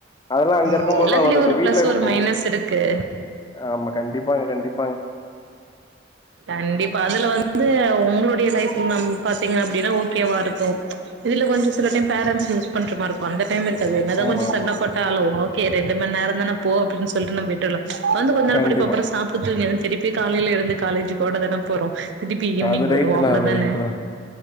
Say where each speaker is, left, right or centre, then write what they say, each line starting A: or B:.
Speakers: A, on the left (about 20°); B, on the right (about 70°).
A: அதல்லா அங்க இருக்கும்
B: ம்
A: போதுதா
B: எல்லாத்துலயு
A: வரு இப்ப
B: ஒரு
A: வீட்ல
B: பிளஸ் ஒரு
A: ம்
B: மைனஸ் இருக்கு
A: ஆமா கண்டிப்பாங்க கண்டிப்பாங்க
B: கண்டிப்பா அதுல வந்து உங்களுடைய லைஃப்ல நம் பாத்தீங்க அப்டின்னா ஓகேவா இருக்கு இதுல கொஞ்ச சில டைம் பேரண்ட்ஸ் மிஸ் பண்ற மார் இருக் இப்ப அந்த டைம் இருக்காது என்னதா
A: ஆமா
B: கொஞ்ச
A: ஆமா
B: சண்டப் போட்டாலு ஓகே ரெண்டு மண் நேரந்தான போ அப்டின் சொல்ட்டு நம் வீட்டர்ல வந்து கொஞ்ச நேர
A: கண்டிப்பா
B: படிப்ப அப்பற சாப்டு தூங்கிருவ திருப்பி காலையில எழுந்து காலேஜ் போட தான போறோ திடிப்பி ஈவினிங்
A: அது
B: வரு
A: ரைட்டு
B: அவ்ளோதான
A: தா அது ரைட்டு